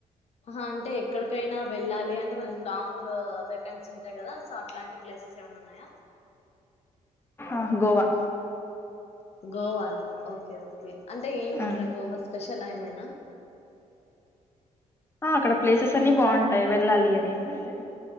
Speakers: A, on the left; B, on the left.
A: అంటే ఎక్కడికైనా వెళ్ళాలి అంటే మనకి లాంగ్ వేకన్స్ ఉంటాయి కదా సో అట్లాంటి ప్లేసెస్ ఏమైన్నా ఉన్నాయా
B: ఆ గోవా
A: గోవానా ఓకే ఓకే అంటే ఏం
B: ఆ
A: అట్ల గోవా స్పెషల్ ఏమైనా
B: ఆ అక్కడ ప్లేసెస్ అన్ని బాగుంటాయి వెళ్ళాలి అనిది అంటే